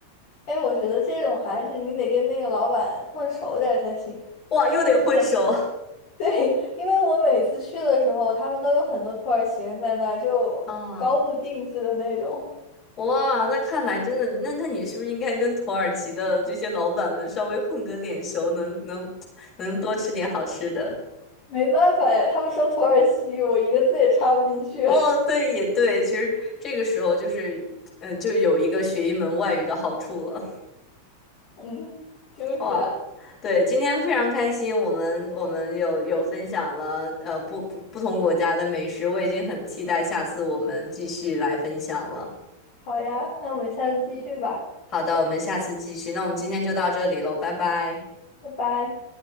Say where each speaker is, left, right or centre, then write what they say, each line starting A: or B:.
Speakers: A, on the left (about 45°); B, on the left (about 30°).
A: 哎，我觉得这种还是你得跟那个老板混熟点儿才行，
B: 哇，
A: 因为我每
B: 又得混熟。
A: <laughs> 对，因为我每次去的时候，他们都有很多土耳其人在那儿就高度定制的那种。
B: <laughs> 啊！哇，那看来真的，那那你是不是应该跟土耳其的这些老板们稍微混个脸熟，能能能多吃点好吃的？
A: 没办法呀，他们说土耳其语，我一个字也插不进去。
B: 哦，对，也对，其实这个时候就是，嗯、就有一个学一门外语的好处了。
A: <laughs> 嗯，就是啊，
B: 哇，对，今天非常开心，我们我们有有分享了呃不不不同国家的美食，我已经很期待下次我们继续来分享了。
A: 好呀，那我们下次继续吧，
B: 好的，我们下次继续，那我们今天就到这里喽，拜拜。
A: 拜拜。